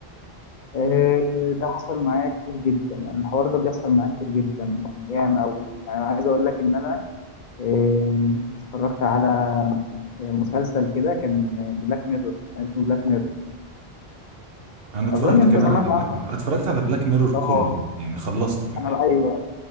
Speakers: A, on the left; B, on the right.
A: آه ده حصل معايا كتير جدا يعني الحوار ده بيحصل معايا كتير جدا يعني ياما قوي يعني انا عايز اقول لك ان انا آه اتفرجت على مسلسل كده كان بلاك ميرور كان اسمه بلاك ميرور
B: انا اتفرجت
A: اظن انت
B: كمان
A: سمعت
B: على بلاك
A: عنه
B: ميرور اتفرجت على بلاك ميرور
A: اه
B: كله يعني خلصته كمان
A: انا بقى